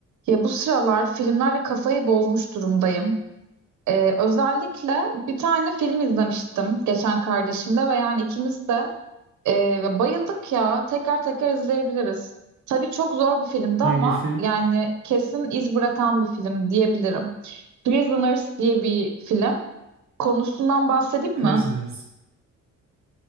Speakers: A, on the right; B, on the right.
A: Ya bu sıralar filmlerle kafayı bozmuş durumdayım. Ee, özellikle bir tane film izlemiştim geçen kardeşimle ve yani ikimiz de e, bayıldık ya. Tekrar tekrar izleyebiliriz. Tabii çok zor bir filmdi
B: Hangi
A: ama
B: film?
A: yani kesin iz bırakan bir film diyebilirim. Prisoners diye bir film. Konusundan bahsedeyim
B: Prisoners.
A: mi?